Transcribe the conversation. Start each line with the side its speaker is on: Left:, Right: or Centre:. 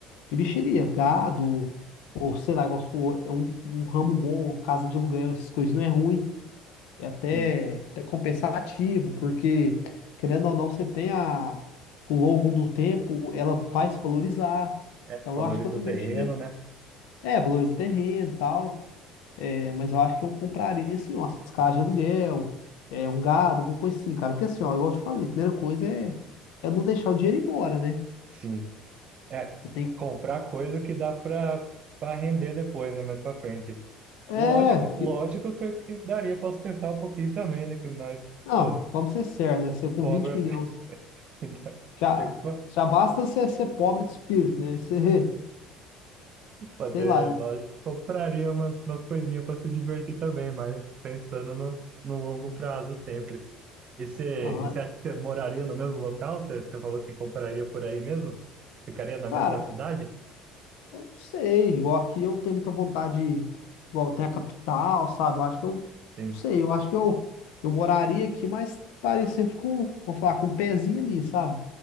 Left: e mexeria, gado, ou sei lá, igual se for, é um, um ramo bom, casa de aluguel, essas coisas não é ruim é até,
Right: sim.
Left: até compensativo, porque, querendo ou não, você tem a, ao longo do tempo, ela vai se valorizar.
Right: É,
Left: Então,
Right: valoriza
Left: eu acho que eu também
Right: o terreno,
Left: mexeria.
Right: né?
Left: É, valoriza o terreno e tal. É, mas eu acho que eu compraria, assim, umas casas de aluguel, é, um gado, alguma coisa assim, cara. Porque, assim, ó, igual eu te falei, a primeira coisa é, é não deixar o dinheiro ir embora, né?
Right: Sim. É,
Left: Você tem
Right: comprar coisa que dá para para render depois, né? Mais para frente.
Left: É,
Right: Lógico,
Left: porque.
Right: lógico que, que daria para sustentar um pouquinho também, né? Que nós,
Left: Não,
Right: pô,
Left: vamos ser sérios, né? Você com
Right: pobre,
Left: 20 milhões.
Right: <laughs>
Left: Já,
Right: tem que
Left: já basta você ser pobre de espírito, né? Você, <laughs>
Right: Pô, até,
Left: sei lá, eu.
Right: lógico, compraria umas, umas coisinhas para se divertir também, mas pensando no, no longo prazo sempre. E você
Left: Aham.
Right: e você acha que você moraria no mesmo local? Você você falou que compraria por aí mesmo? Ficaria na
Left: Cara,
Right: mesma cidade?
Left: Eu não sei, igual aqui eu tenho muita vontade, igual tem a capital, sabe? Eu acho que eu,
Right: Sim,
Left: não sei, eu acho que eu, eu moraria aqui, mas estaria sempre com, vou falar, com um pezinho ali, sabe?